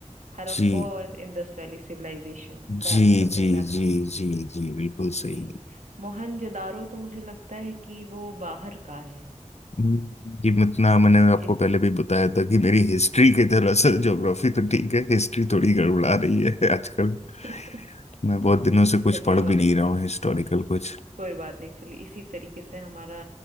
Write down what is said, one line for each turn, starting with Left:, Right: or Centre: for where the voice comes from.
Right: हड़प्पा
Left: जी
Right: और इंडस वैली सिविलाइजेशन भारत
Left: जी
Right: का पहला
Left: जी जी
Right: था
Left: जी जी बिल्कुल सही
Right: जी मोहनजोदारो तो मुझे लगता है कि वो बाहर का है
Left: ये इतना मैंने आपको
Right: इत-
Left: पहले भी बताया था कि मेरी हिस्ट्री की तरह से ज्योग्राफी तो ठीक है हिस्ट्री थोड़ी गड़बड़ा रही है <laughs> आजकल
Right: <laughs>
Left: मैं बहुत दिनों से कुछ
Right: चलिए
Left: पढ़
Right: अब
Left: भी
Right: आप
Left: नहीं रहा हूँ हिस्टोरिकल कुछ
Right: कोई बात नहीं चलिए इसी तरीके से हमारा